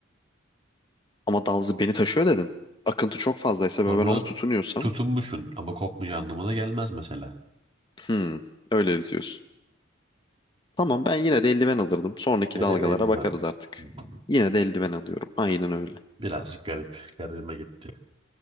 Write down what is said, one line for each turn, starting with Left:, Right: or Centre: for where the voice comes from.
Left: Ama dal beni taşıyor dedin. Akıntı çok fazlaysa
Right: Onu
Left: ve ben ona tutunuyorsam,
Right: tutunmuşsun ama kopmayacağı anlamına gelmez mesela.
Left: hmm, öyle diyorsun. Tamam ben yine de eldiven alırdım. Sonraki
Right: Ya
Left: dalgalara
Right: da eldiven.
Left: bakarız artık.
Right: Hmm.
Left: Yine de eldiven alıyorum. Aynen öyle.
Right: Birazcık garip. Garibime gitti.